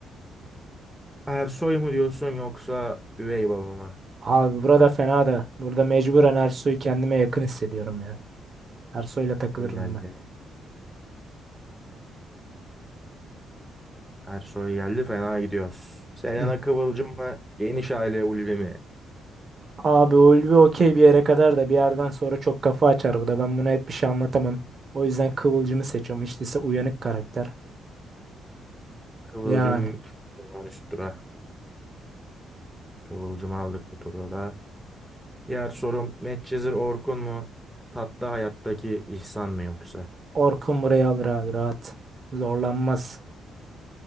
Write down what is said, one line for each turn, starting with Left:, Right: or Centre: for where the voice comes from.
Centre: Ersoy mu diyorsun yoksa üvey baba mı?
Right: Abi burada fena da. Burada mecburen Ersoy'u kendime yakın hissediyorum ya. Ersoy'la takılırdım
Centre: Soy geldi.
Right: ben.
Centre: Ersoy geldi fena gidiyoruz. Selena
Right: <laughs>
Centre: Kıvılcım mı? Geniş aile Ulvi mi?
Right: Abi Ulvi okey bir yere kadar da bir yerden sonra çok kafa açar bu da. Ben buna hep bir şey anlatamam. O yüzden Kıvılcım'ı seçiyorum. Hiç değilse uyanık karakter.
Centre: Kıvılcım
Right: Yani
Centre: o zaman üst tura. Kıvılcım'ı aldık bu turda da. Diğer sorum Medcezir Orkun mu? Tatlı Hayat'taki İhsan mı yoksa?
Right: Orkun burayı alır abi rahat. Zorlanmaz.